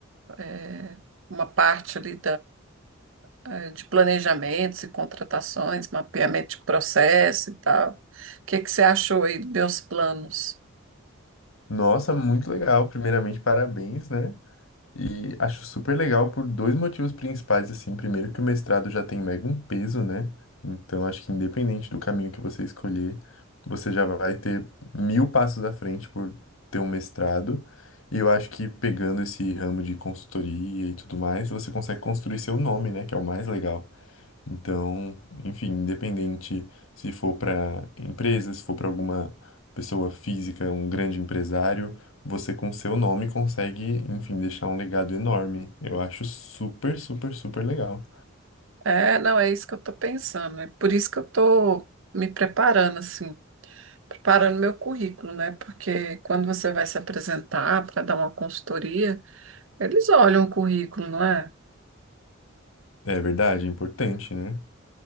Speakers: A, on the right (about 70°); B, on the left (about 75°).
A: é, uma parte ali eh, de planejamentos e contratações, mapeamento de processo e tal. O que que você achou aí dos meus planos?
B: Nossa, muito legal. Primeiramente, parabéns, né? E acho super legal por dois motivos principais, assim. Primeiro, que o mestrado já tem mega um peso, né? Então, acho que independente do caminho que você escolher, você já vai ter mil passos à frente por ter um mestrado. E eu acho que pegando esse ramo de consultoria e tudo mais, você consegue construir seu nome, né? Que é o mais legal. Então, enfim, independente se for para empresa, se for para alguma pessoa física, um grande empresário, você com seu nome consegue, enfim, deixar um legado enorme. Eu acho super, super, super legal.
A: É, não, é isso que eu estou pensando. É por isso que eu estou me preparando, assim, preparando meu currículo, né? Porque quando você vai se apresentar para dar uma consultoria, eles olham o currículo, não é?
B: É verdade, é importante, né?